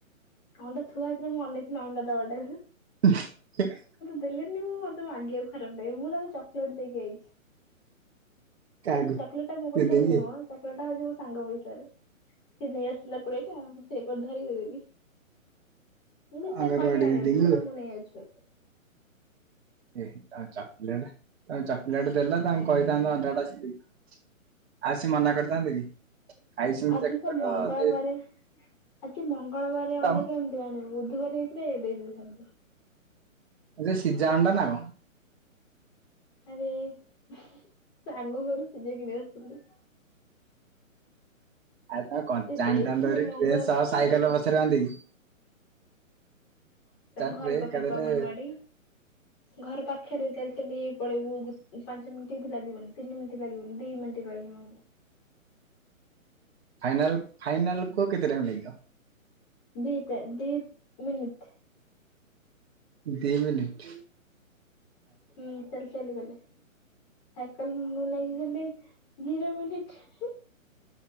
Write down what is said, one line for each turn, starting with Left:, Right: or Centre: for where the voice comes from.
Left: ଅଣ୍ଡା ଥୁଆ ହେଇଥିଲା ମୁଁ ଅନେଇଥିଲି ଅଣ୍ଡା ଡବାଟାକୁ।
Right: <unintelligible>
Left: ଦେଲେନି ମୁଁ ମତେ ମାଗିଆକୁ ଖରାପ ଲାଗେ ମୁଁ ତାକୁ ଚକଲେଟ୍ ଦେଇକି ଆଇଚି।
Right: କାହାକୁ
Left: କିନ୍ତୁ, ଚକଲେଟ୍ ମୋ ପଇସାରେ
Right: ଦିଦିଙ୍କି
Left: ନୁହଁ ମ ସେଇଟା ହଉଚି ମୋ ସାଙ୍ଗ ପଇସାରେ ସେ ନେଇଆସିଲା କୋଡିଏଟା ମୁଁ ସେଇଟାକୁ ଧରିକି ଦେଇଦେଲି। ମୁଁ କେମିତି
Right: ଅଙ୍ଗନବାଡି
Left: ତାକୁ କହିବି ଆଣିଆକୁ
Right: ଦିଦିଙ୍କୁ
Left: ସିଏ କହିଲା ମୁଁ ନେଇଆଉଚି ପଇସାରେ
Right: ହୁଁ ଆଉ ଚକଲେଟ୍ ତମେ ଚକଲେଟ୍ ଦେଲ ତାଙ୍କୁ କହିଥାନ୍ତ ଅଣ୍ଡା ସିଝେଇକି ଆଉ ସିଏ ମନା କରିଥାନ୍ତେ କି ଖାଇଛନ୍ତି
Left: ଆଜି
Right: ଚକିଲେଟ
Left: ତ ମଙ୍ଗଳବାରେ।
Right: ଦେଇଥାନ୍ତେ
Left: ଆଜି ମଙ୍ଗଳବାରେ
Right: ତମ
Left: ଅଣ୍ଡା କେମିତି ଆଣିବୁ ବୁଧବାର ହେଇଥିଲେ ଦେଇଦେଇଥାନ୍ତେ।
Right: ନା ସିଝା ଅଣ୍ଡା ନା କଣ?
Left: ଆରେ ସାଙ୍ଗ ଘରୁ ସିଝେଇକି ନେଇ ଆସିଥିଲୁ।
Right: ଆରେ ତମେ କଞ୍ଚା
Left: ସେ ଦେଇଥିଲେ
Right: ଆଣିଥାନ୍ତ
Left: ମଙ୍ଗଳବାର
Right: ଟ୍ରେନ ସହ
Left: ଟା
Right: ସାଇକେଲରେ
Left: ମୁଁ
Right: ପଛରେ ବାନ୍ଧିକି କି
Left: <unintelligible> ତାଙ୍କ
Right: ଟ୍ରେ
Left: ଘର ପାଖରେ
Right: ଏକାଥରେ
Left: ବା ଅଙ୍ଗନୱାଡ଼ି। ଘର ପାଖରେ ଚାଲି ଚାଲି ପଳେଇବୁ ଗୋଟେ ପାଞ୍ଚ ମିନିଟ୍ ବି ଲାଗିବନି ତିନି ମିନିଟ୍ ଲାଗିବନି ଦିଇ ମିନଟ୍ କଇବ
Right: ଫାଇନାଲ ଫାଇନାଲ କୁହ କେତେ ଟାଇମ୍ ଲାଗିବ?
Left: ଦୀ ଟା ଦି ମିିନିିଟ୍।
Right: ଦିଇ ମିନିଟ୍
Left: ହୁଁ ଚାଲି ଚାଲି ଗଲେ। ସାଇକଲ ମୁଣ୍ଡ <unintelligible> ଲାଗିଗଲେ ଘିର ବିରି ଖାଏ